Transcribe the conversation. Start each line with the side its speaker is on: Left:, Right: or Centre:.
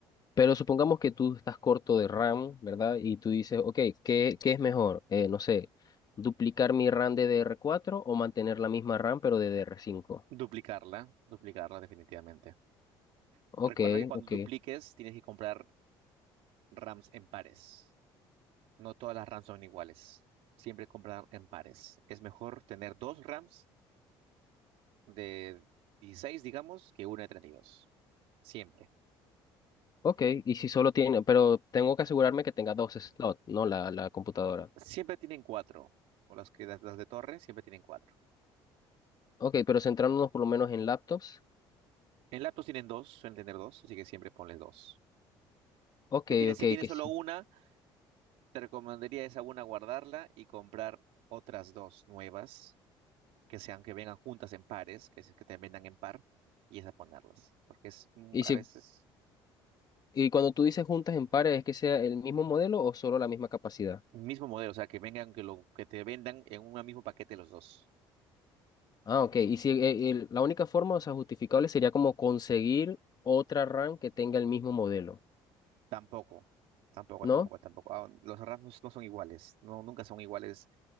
Left: pero supongamos que tú estás corto de RAM, ¿verdad? Y tú dices, ok, ¿qué, qué es mejor? Eh, no sé, duplicar mi RAM DDR4 o mantener la misma RAM pero DDR5.
Right: Duplicarla, duplicarla definitivamente.
Left: Ok,
Right: Recuerda que cuando
Left: ok,
Right: dupliques tienes que comprar RAMs en pares. No todas las RAMs son iguales. Siempre comprar en pares. Es mejor tener dos RAMs de 16, digamos, que una de 32. Siempre.
Left: ok. Y si solo tiene, pero tengo que asegurarme que tenga dos slots, ¿no? La, la computadora.
Right: Siempre tienen cuatro. O las que las las de torre siempre tienen cuatro.
Left: Ok, pero centrándonos por lo menos en laptops.
Right: En laptops tienen dos, suelen tener dos, así que siempre ponles dos.
Left: Ok,
Right: Si tienes,
Left: ok,
Right: si tienes
Left: que
Right: solo
Left: sí.
Right: una, te recomendaría esa una guardarla y comprar otras dos nuevas, que sean que vengan juntas en pares, que, se- que te vendan en par, y esas ponerlas. Porque es mm,
Left: Y
Right: a
Left: si,
Right: veces
Left: y cuando tú dices juntas en pares, ¿es que sea el mismo modelo o solo la misma capacidad?
Right: el mismo modelo, o sea, que vengan, que lo que te vendan en un mismo paquete los dos.
Left: Ah, ok. Y si eh, el- la única forma, o sea, justificable sería como conseguir otra RAM que tenga el mismo modelo,
Right: Tampoco, tampoco,
Left: ¿no?
Right: tampoco, tampoco. Ah, los RAMs no no son iguales, no, nunca son iguales